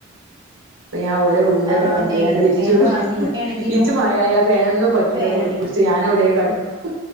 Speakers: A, on the right; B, on the right.
A: അപ്പ ഞാൻ ഓലെ റൂമിലൊക്കെ
B: ആഹ്
A: അങ്ങ്
B: തന്നേണ്
A: കൊണ്ടോയാണ്ട് വിരിച്ചിട്ടും
B: ഫാന് വാണന്നില്ല ഇപ്പേണെങ്കിലും
A: ഇച്ച് മയയായ ഫാനൊന്നു പറ്റൂല
B: ഫാനിട്ട്
A: <unintelligible> ച്ച് ഞാൻ. എവിടെ കെടക്കും.